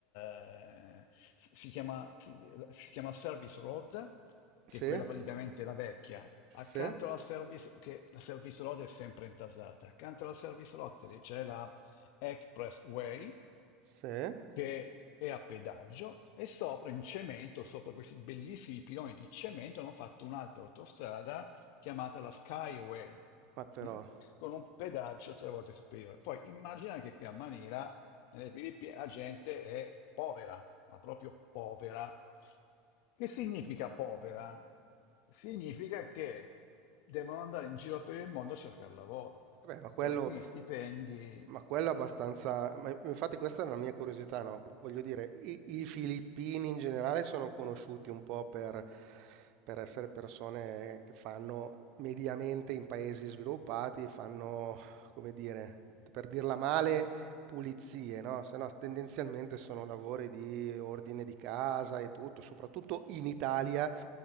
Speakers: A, on the left; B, on the right.
A: eh, si chiama, si, si chiama Service Road,
B: Sì,
A: che è quella praticamente la vecchia. Accanto
B: sì,
A: alla Service, che la Service Road è sempre intasata, accanto alla Service Road c'è la Expressway,
B: sì.
A: che è a pedaggio, e sopra in cemento, sopra questi bellissimi piloni di cemento, hanno fatto un'altra autostrada chiamata la Skyway.
B: Ma però,
A: mm? con un pedaggio tre volte superiore. Poi immagina che qui a Manila, nelle Filippine, la gente è povera, ma proprio povera. Che significa povera? Significa che devono andare in giro per il mondo a cercare lavoro,
B: vabbè, ma quello,
A: perché qui i stipendi
B: Ma quello è abbastanza. ma infatti, questa è una mia curiosità, no? Voglio dire, i, i filippini in generale sono conosciuti un po' per, per essere persone che fanno mediamente in paesi sviluppati, fanno, come dire, per dirla male, pulizie, no? Se no, tendenzialmente sono lavori di ordine di casa e tutto, soprattutto in Italia. <clears throat>